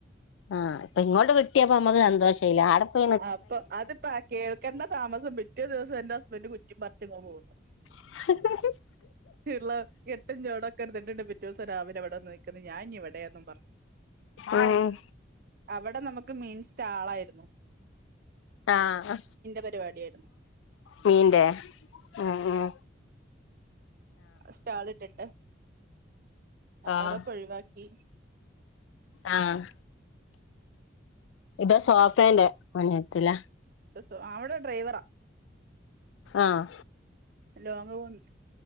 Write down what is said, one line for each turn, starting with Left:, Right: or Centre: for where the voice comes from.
Left: ആഹ്പ്പൊ ഇങ്ങോട്ട്കിട്ടിയപ്പോ അമ്മക്ക് സന്തോഷ ല്യ ആടെപ്പോ.
Right: അപ്പൊ അതിപ്പ കേൾക്കേണ്ട താമസം പിറ്റേ ദിവസം എന്റെ ഹസ്ബൻഡറ് കുറ്റി പററിച്ങ് പോന്നു.
Left: <inaudible>
Right: ള്ളെ എട്ടഞ്ചോടൊക്കെ എടുത്തിട്ടുണ്ട്പിറ്റേ വസം രാവിലെവിടെന്ന് നിക്ക്ന്ന് ഞാഞ്ഞ വടെന്ന്. ന്നും പറഞ്
Left: ഉം
Right: അവടെ നമുക്ക് മീൻസ്റ്റാളായിരുന്നു.
Left: ആഹ്.
Right: പരിപാടിയായിരുന്നു
Left: മീന്റെ ഉം ഉം.
Right: ആഹ് സ്റ്റാളിട്ടിട്ട് അപ്പൊ
Left: ആഹ്
Right: അതൊക്കെ ഒഴിവാക്കി.
Left: ആഹ് ഇബൊ സോഫേന്റെ മനിയത്തില.
Right: പ്പോ സോ ആഹ് അവടെ ഡ്രൈവറാ.
Left: ആഹ്.
Right: ലോങ് പോണ്.